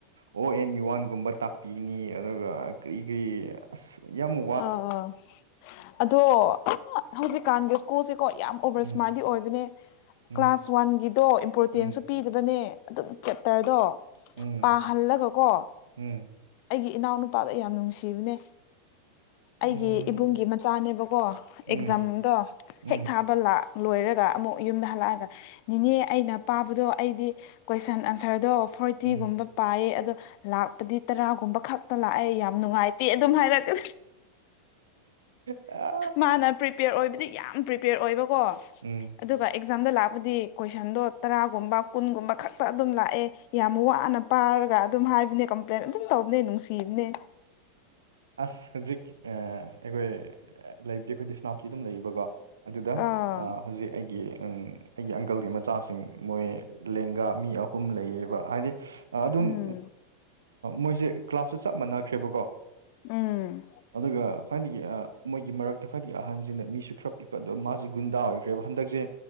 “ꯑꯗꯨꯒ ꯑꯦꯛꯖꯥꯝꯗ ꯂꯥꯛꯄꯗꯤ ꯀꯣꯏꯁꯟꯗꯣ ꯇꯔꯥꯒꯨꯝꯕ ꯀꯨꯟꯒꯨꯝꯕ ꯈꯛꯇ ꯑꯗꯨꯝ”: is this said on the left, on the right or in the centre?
Left